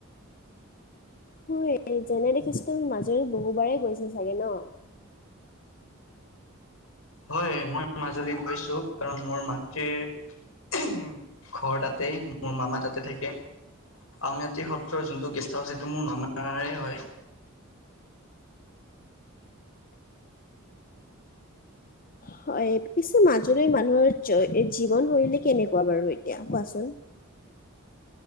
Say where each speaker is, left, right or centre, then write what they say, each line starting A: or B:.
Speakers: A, on the left; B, on the left.
A: হয় যেনে দেখিছো মাজুলীত বহুবাৰে গৈছা চাগে ন
B: হয় মই মাজুলীত কৈছো কাৰণ মোৰ মাতৃৰ ঘৰ তাতেই মোৰ মামা তাতে থাকে আউনীআটী সত্ৰৰ যোনটো গেষ্ট হাউচ সেইটো মোৰ মামাৰে হয়
A: হয় পিছে মাজুলীত মানুহৰ জীৱনশৈলী কেনেকুৱা বাৰু এতিয়া কোৱাচোন